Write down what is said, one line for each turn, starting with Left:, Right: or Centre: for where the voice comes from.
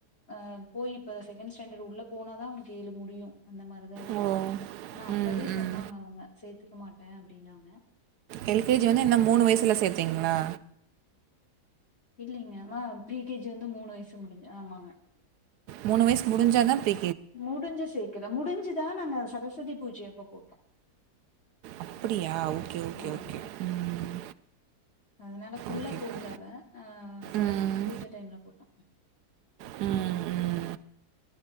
Left: அ போய் இப்ப செகண்ட் ஸ்டாண்டர்டு உள்ள போனாதா அவனுக்கு ஏழு முடியு அந்த மாரிதா இருக்கு
Right: ஓ
Left: ஆனா அப்பவே
Right: ம் ம்
Left: சொன்னாங்க அவுங்க சேத்துக்க மாட்டே அப்டீன்னாங்க
Right: எல் கே ஜி வந்து என்ன மூணு வயசுல சேத்தீங்களா
Left: இல்லீங்க மேம் ப்ரீ கே ஜி வந்து மூணு வயசு முடிஞ்சு ஆமாங்க
Right: மூணு வயசு முடிஞ்சாதா ப்ரீ
Left: முடிஞ்சு சேக்குல முடிஞ்சுதா நாங்க சரஸ்வதி பூஜயப்ப போட்டோ
Right: அப்புடியா ஓகே ஓகே
Left: ஆமா
Right: ஓகே ம்
Left: அதனால ஃபுல்லா
Right: ஓகேப்பா
Left: போகல அவ சரஸ்வதி
Right: ம்
Left: பூஜ டைம்ல போட்டோ
Right: ம் ம்